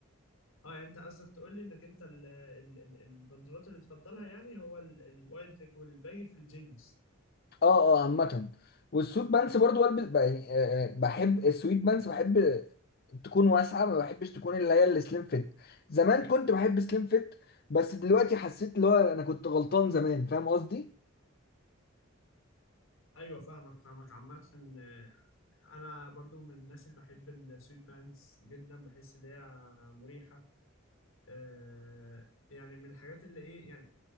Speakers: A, on the left (about 75°); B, on the left (about 50°).
A: اه يعني انت قصدك تقول لي انك انت ال- ال- ال- البنطلونات اللي بتفضلها يعني هو ال- الوايد ليج والباجي في الجينز
B: اه اه عامه والسويت بانس برضو البس بقى- يعني آه، آه، بحب السويت بانس بحب تكون واسعه ما بحبش تكون اللي هي السليم فيت زمان كنت بحب سليم فيت بس دلوقتي حسيت اللي هو انا كنت غلطان زمان فاهم قصدي
A: ايوه فاهمك فاهمك عامة آه، انا برضو من الناس اللي بحب السويت بانس جدا بحس ان هي مريحه آه يعني من الحاجات اللي ايه يعني